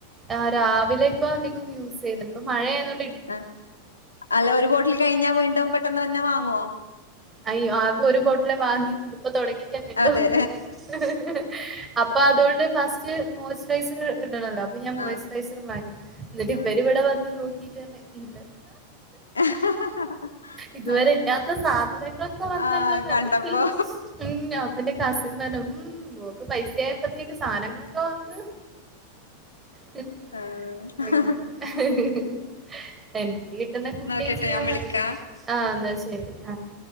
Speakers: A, on the right; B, on the left.
A: ആഹ് രാവിലെ ഇപ്പൊ അധികം യൂസ് ചെയ്യുണ്ട് ഇപ്പം മഴയായതൊണ്ട്
B: ആ അല്ല ഒരു ബോട്ടിൽ കഴിഞ്ഞാ വീണ്ടും ട്ടന്നെന്നെ വാങ്ങുവോ
A: അയ്യോ ആകെ ഒരു ബോട്ടിലേ വാങ്ങീട്ടുള്ളൂ ഇപ്പ തുടങ്ങിട്ടന്നല്ലോ
B: അതെ
A: ഹ് ഹ് ഹ്‌ അപ്പൊ അതുകൊണ്ട് ഫസ്റ്റ് മോയ്സ്ചറൈസർ ഇടണല്ലോ അപ്പൊ ഞാൻ മോയ്സ്ചറൈസർ
B: ആഹ്
A: വാങ്ങി എന്നിട്ട്
B: ആഹ്
A: ഇവരി ഇവിടെ വന്ന് നോക്കി ഇതന്ന ഇന്ത
B: ഹഹഹ
A: ഇതുവരെ
B: ആഹ്
A: ഇല്ലാത്ത സാധനങ്ങളൊക്കെ വന്നല്ലോന്ന്
B: ആഹ് കണ്ടപ്പോ
A: ഉം അപ്പ എന്റെ കസിൻ പറഞ്ഞു ഉം.. നോക്ക് പൈസയായപ്പോത്തേക്ക് സാധനങ്ങളൊക്കെ വന്ന് ഹ്
B: ആഹ്
A: അയ്യോ ഹ് ഹ് ഹ് എനിക്ക് ന്ന് കുട്ടിവച്ച
B: നോക്കട്ടെ
A: <unintelligible>
B: ഞാൻ വിളിക്കാ
A: എന്ന ശരി ശരി ആ